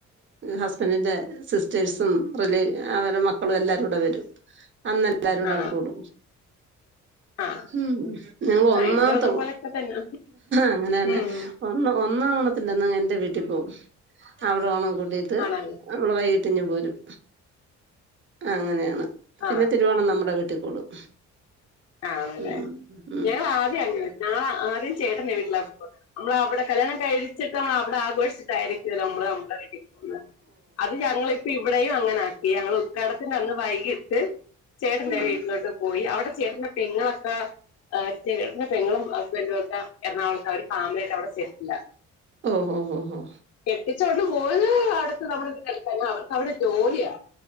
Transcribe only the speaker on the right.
ഹസ്ബന്റിന്റെ സിസ്റ്റേഴും റിലേ അവര്ടെ മക്കളും എല്ലാരൂടെ വരും അന്ന എല്ലാരൂടെവിടെ
കൂടും
ഉം ഞങ്ങള
ഒന്നാമത്തെ
അങ്ങനെതന്നെ
ഒന്ന ഒന്നാം ഓണത്തിന്റന്ന് എന്റെ വീട്ടി പോവും അവടെ ഓണം കൂടീട്ട്
നമ്മൾ വൈകിട്ടിങ്ങ്ഞ് പോരും അങ്ങനെണ് പിന്നെ
തിരുവോണം നമ്മുടെ വീട്ടി കൂടും
ഉം ഉം
ഓ
ഓഹ് ഹോ ഹോ ഹോ